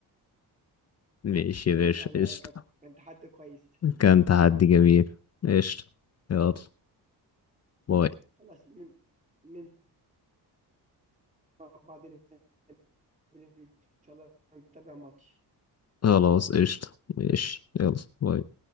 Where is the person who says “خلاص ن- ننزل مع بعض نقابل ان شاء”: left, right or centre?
Right